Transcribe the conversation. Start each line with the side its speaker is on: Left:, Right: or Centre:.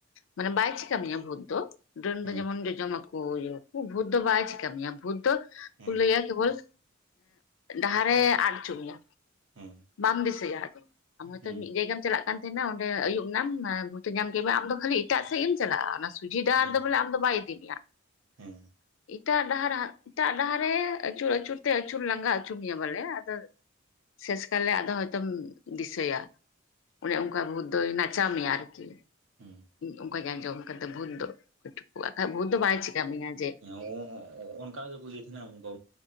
Left: ᱢᱟᱱᱮ ᱵᱟᱭ ᱪᱤᱠᱟ ᱢᱮᱭᱟ ᱵᱷᱩᱛ ᱫᱚ ᱰᱟᱹᱱ
Right: ᱦᱮᱸ
Left: ᱫᱚ ᱡᱮᱢᱚᱱ ᱡᱚᱡᱚᱢᱟᱠᱚ ᱵᱷᱩᱛ ᱫᱚ ᱵᱟᱭ ᱪᱤᱠᱟ ᱢᱮᱭᱟ ᱵᱷᱩᱛ ᱫᱚ
Right: ᱦᱮᱸ
Left: ᱠᱚ ᱞᱟᱹᱭᱟ ᱠᱮᱵᱚᱞ ᱰᱟᱦᱟᱨᱮ ᱟᱫ ᱦᱚᱪᱚ ᱢᱮᱭᱟ
Right: ᱦᱮᱸ ᱦᱮᱸ
Left: ᱵᱟᱢ ᱫᱤᱥᱟᱹᱭᱟ ᱟᱫᱚ ᱟᱢ ᱦᱚᱭᱛᱳ
Right: ᱦᱮᱸ
Left: ᱢᱤᱫ ᱡᱟᱭᱜᱟᱢ ᱪᱟᱞᱟᱜ ᱠᱟᱱ ᱛᱟᱦᱮᱱᱟ ᱚᱸᱰᱮ ᱟᱹᱭᱩᱵ ᱮᱱᱟᱢ ᱵᱷᱩᱛᱤ ᱧᱟᱢ ᱠᱮᱫ ᱢᱮ ᱟᱢ ᱫᱚ ᱠᱷᱟᱹᱞᱤ ᱮᱴᱟᱜ ᱥᱮᱫ ᱮᱢ ᱪᱟᱞᱟᱜᱼᱟ ᱚᱱᱟ ᱥᱩᱡᱷᱤ ᱰᱟᱦᱟᱨ
Right: ᱦᱮᱸ ᱦᱮᱸ
Left: ᱫᱚ ᱵᱚᱞᱮ ᱟᱢ ᱫᱚ ᱵᱟᱭ ᱤᱫᱤ ᱢᱮᱭᱟ
Right: ᱦᱮᱸ
Left: ᱮᱴᱟᱜ ᱰᱟᱦᱟᱨ ᱮᱴᱟᱜ ᱰᱟᱦᱟᱨ ᱨᱮ ᱟᱹᱪᱩᱨ ᱟᱹᱪᱩᱨ ᱛᱮ ᱟᱹᱪᱩᱨ ᱞᱟᱸᱜᱟ ᱟᱪᱩᱨ ᱢᱮᱭᱟ ᱵᱚᱞᱮ ᱟᱫᱚ ᱥᱮᱥ ᱠᱟᱞᱮ ᱟᱫᱚ ᱦᱚᱭᱛᱚᱢ ᱫᱤᱥᱟᱹᱭᱟ ᱚᱱᱮ ᱚᱱᱠᱟ ᱵᱷᱩᱫ ᱫᱚᱭ ᱱᱟᱪᱟᱣ ᱢᱮᱭᱟ ᱟᱨᱠᱤ,
Right: ᱦᱮᱸ
Left: ᱚᱱᱠᱟᱧ ᱟᱸᱡᱚᱢ ᱠᱟᱫᱟ ᱵᱷᱩᱛ ᱫᱚ ᱵᱟᱠᱷᱟᱡ ᱵᱷᱩᱛ ᱫᱚ ᱵᱟᱭ ᱪᱮᱠᱟ ᱢᱮᱭᱟ ᱡᱮ
Right: <unintelligible> ᱚᱱᱠᱟᱫᱚ ᱠᱚ ᱤᱭᱟᱹᱮᱫ ᱛᱟᱦᱮᱱᱟ ᱚᱱᱠᱟ